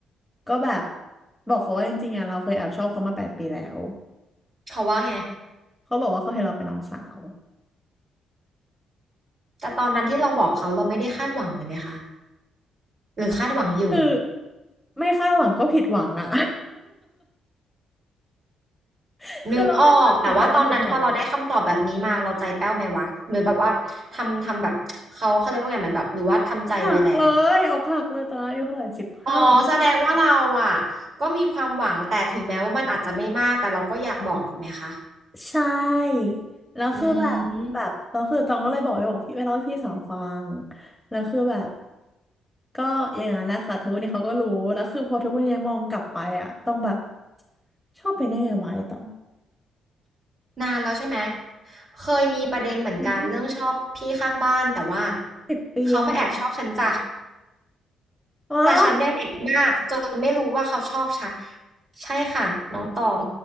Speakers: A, in the centre; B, on the right (about 50°).
A: ก็แบบบอกเขาว่าจริงๆอ่ะเราเคยแอบชอบเขามาแปดปีแล้ว
B: เขาว่าไง
A: เขาบอกว่าเขาเห็นเราเป็นน้องสาว
B: แต่ตอนนั้นที่เราบอกเขาเราไม่ได้คาดหวังเลยไหมคะหรือคาดหวังอยู่
A: คือไม่คาดหวังก็ผิดหวังอ่ะ <laughs> คือเราไม่คาดหวังแต่เราผิดหวังอ่ะ
B: นึกออกแต่ว่าตอนนั้นพอเราได้คำตอบแบบนี้มาเราใจแป้วไหมวะเหมือนแบบว่าทำทำแบบเขาเขาเรียกว่าไงเหมือนแบบหรือว่าทำใจไปแล้ว
A: หักเลยอกหักเลยตอนนั้นอายุเท่าไหร่สิบห้า
B: อ๋อแสดงว่าเราอ่ะก็มีความหวังแต่ถึงแม้ว่ามันอาจจะไม่มากแต่เราก็อยากบอกถูกไหมคะ
A: ใช่ แล้วคือแบบแบบแล้วคือตองก็เลยบอกไปบอกพี่ไปเล่าให้พี่สาวฟัง
B: อืม
A: แล้วคือแบบก็อย่างนั้นแหละค่ะทุกวันนี้เขาก็รู้แล้วคือพอทุกวันนี้มองกลับไปอะต้องแบบชอบเป็นได้ไงวะไอ้ตอง
B: นานแล้วใช่ไหมเคยมีประเด็นเหมือนกันเรื่องชอบพี่ข้างบ้านแต่ว่า
A: อืมสิบปีแล้วเนี่ย
B: เขามาแอบชอบฉันจ้ะ
A: ว้า
B: แต่ฉันยังเด็กมากจนไม่รู้ว่าเขาชอบฉันใช่ค่ะน้องตอง